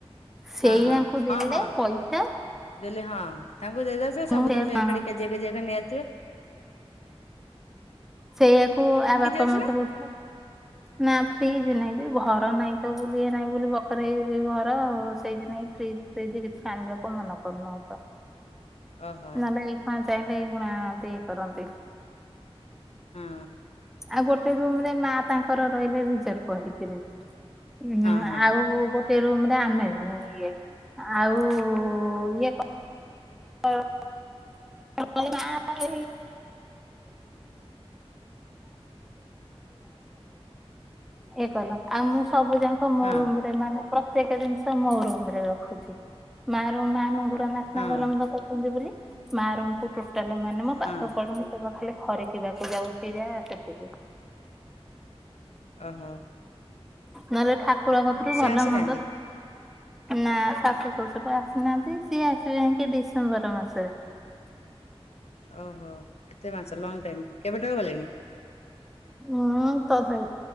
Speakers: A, in the centre; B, on the left.
A: ସେଇଆଙ୍କୁ
B: ହଁ ହଁ ହଁ
A: ଦେଲେ
B: ହଁ
A: ପଇସା
B: ଦେଲେ ହଁ ତାଙ୍କୁ ଦେଲେ ସେ
A: ମୁଁ
B: ସବୁଥିରୁ
A: ସେଇଆ
B: ସେ ଏକାଠି କେଜିଏ କେଜିଏ ରେ ନେଇଆସିବେ
A: ସେଇଆକୁ ଆ ବାପା
B: ଅଛି
A: ମତେ
B: ନା
A: କହୁଥିଲେ ନା ଫ୍ରିଜି ନାଇଁ ଯେ ଘର ନାଇଁ ତ ବୁଲି ଏରା ନାଇଁ ବଖରେ ଏ ଯଉ ଘର ସେଇଥିପାଇଁ ଫ୍ରିଜ୍ ସେଇତି କିଛି ଆଣିବାକୁ ମନ କରୁନୁ ଅପା।
B: ଓହୋ
A: ନହେଲେ ଏଇ ଖୁଣା ଚାହିଁଲେ ଏଇ ଖୁଣା ଆଣନ୍ତି ଇ କରନ୍ତି
B: ହଁ।
A: ଆଉ ଗୋଟେ ରୁମ୍ ରେ ମା ତାଙ୍କର ରହିଲେ ରିଜର୍ଭ ହେଇକିରି ଉଁ
B: ହଁ
A: -ଆଉ
B: ହଁ
A: ଗୋ ଗୋଟେ ରୁମ୍ ରେ ଆମେ ଇଏ ଆଉ ଇଏ କ <unintelligible> <unintelligible> ଇଏ କଲ ଆଉ ମୁଁ ସବୁ ଯା ମୋ
B: ହଁ
A: ରୁମ୍ ରେ ମାନେ ପ୍ରତ୍ୟେକ ଜିନିଷ ମୋ ରୁମରେ ରଖୁଚି ମା <unintelligible> <unintelligible> କରୁଚନ୍ତି
B: ହଁ
A: ବୋଲି ମା ରୁମ୍ କୁ ଟୋଟାଲେ ମାନେ ମ ପାଠ
B: ହଁ
A: ପଢୁନି କେବଳ ଖାଲି ଖରିକିବାକୁ ଯାଉଚି ଯାହା ସେତିକି।
B: ଓହୋ।
A: ନହେଲେ ଠାକୁର କତିରୁୁ
B: ସେ
A: ଭଲ
B: ଆସିନାହାନ୍ତି
A: ମନ୍ଦ ନା ଶାଶୁ ଶଶୁର ଆସିନାହାନ୍ତି ସିଏ ଆସିବେ ଯାଇଁ କି ଡିସେମ୍ବର ମାସରେ।
B: ଓହୋ ଏତେ ମାଂସ ଲଙ୍ଗ୍ ଟାଇମ୍ -କେବେ ଠାରୁ ଗଲେଣି?
A: ଉଁ ତଥାପି